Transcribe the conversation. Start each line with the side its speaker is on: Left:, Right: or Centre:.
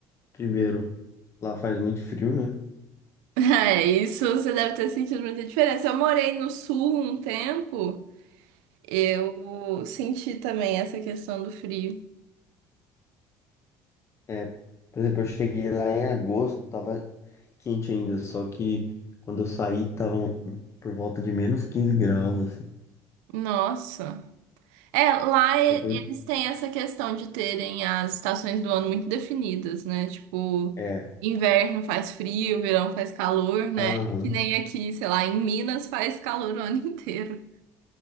Left: Primeiro, lá faz muito frio, né?
Right: É, isso você deve ter sentido muita diferença. Eu morei no sul um tempo, eu senti também essa questão do frio.
Left: É, por exemplo, eu cheguei lá em agosto, tava quente ainda, só que quando eu saí tava por volta de menos 15 graus, assim.
Right: Nossa. É, lá e-
Left: Então foi,
Right: eles têm essa questão de terem as estações do ano muito definidas, né? Tipo,
Left: é,
Right: inverno faz frio, verão faz calor, né?
Left: aham,
Right: Que nem aqui, sei lá, em Minas faz calor o ano <laughs> inteiro.